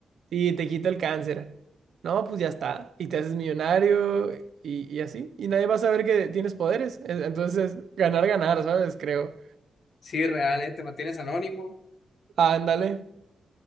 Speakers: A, on the right; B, on the left.
A: y te quito el cáncer. No, pues ya está. Y te haces millonario y, y así. Y nadie va a saber que tienes poderes. E- Entonces, ganar, ganar, ¿sabes? Creo.
B: Sí, real, ¿eh? Te mantienes anónimo.
A: Ándale.